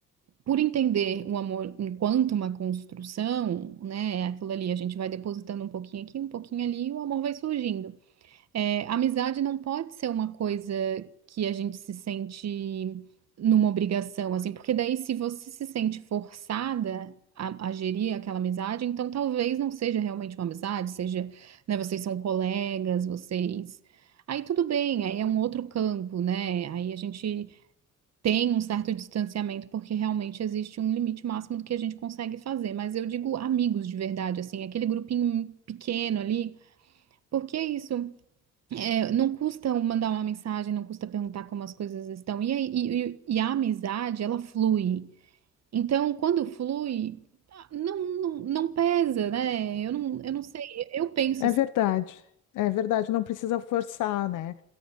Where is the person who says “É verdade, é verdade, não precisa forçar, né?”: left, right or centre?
Left